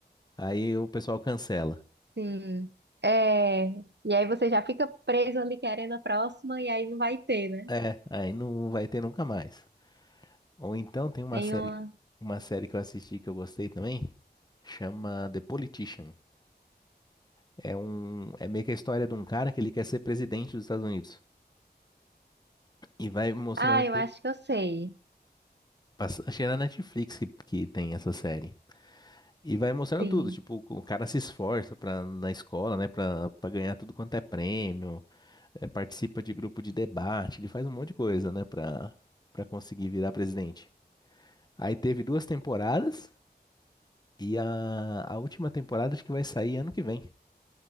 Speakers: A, on the left; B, on the right.
A: Aí o pessoal cancela.
B: Sim. É, e aí você já fica preso ali querendo a próxima e aí não vai ter, né?
A: É, aí não vai ter nunca mais. Ou então tem uma
B: Tem
A: série,
B: uma.
A: uma série que eu assisti que eu gostei também, chama The Politician. É um, é meio que a história de um cara que ele quer ser presidente dos Estados Unidos. E vai mostrando
B: Ah, eu acho que eu sei.
A: Passa- Acho é na Netflix que, que tem essa série. E vai mostrando
B: Sim.
A: tudo, tipo, o cara se esforça pra, na escola, né, pra, pra ganhar tudo quanto é prêmio, eh, participa de grupo de debate, ele faz um monte de coisa, né, pra, pra conseguir virar presidente. Aí teve duas temporadas, e a, a última temporada acho que vai sair ano que vem.